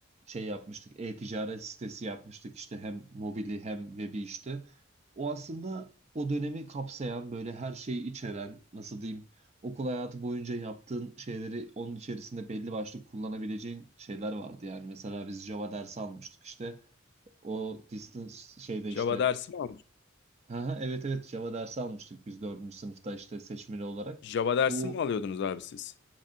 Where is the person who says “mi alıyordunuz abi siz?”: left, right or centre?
Left